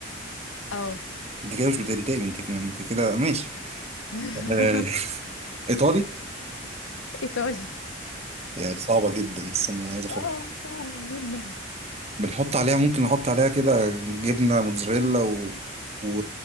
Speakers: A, on the left; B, on the right.
A: اه
B: دي كده مش بتنتهي من تكنيك انت كده ماشي
A: <laughs>
B: آه، ايطالي
A: ايطالي
B: يعني صعبة جدا استنى عايز افكر
A: اه فاهمة جدا
B: بنحط عليها ممكن نحط عليها كده جبنة موتزاريلا و... و...